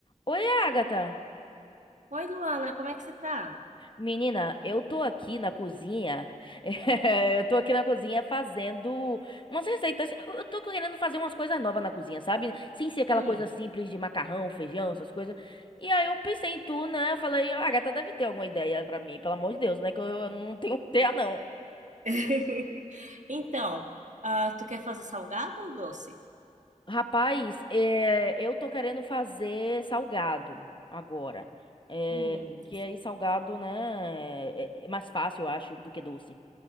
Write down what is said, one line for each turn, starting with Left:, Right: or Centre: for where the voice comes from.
Left: Oi, Agatha!
Right: Oi, Luana, como é que você tá?
Left: Menina, eu tô aqui na cozinha. <laughs> eh, eu tô aqui na cozinha fazendo umas receitas. Eu eu tô querendo fazer umas coisas novas na cozinha, sabe? Sem ser aquela
Right: Hum.
Left: coisa simples de macarrão, feijão, essas coisas. E aí eu pensei em tu, né? Eu falei, Agatha deve ter alguma ideia pra mim, pelo amor de Deus, né? Que eu eu não tenho <laughs> ideia, não.
Right: <laughs> Então, ah, tu quer fazer salgado ou doce?
Left: Rapaz, eh, eu tô querendo fazer salgado agora. Eh,
Right: Hum.
Left: que aí salgado, né? É é mais fácil, eu acho, do que doce.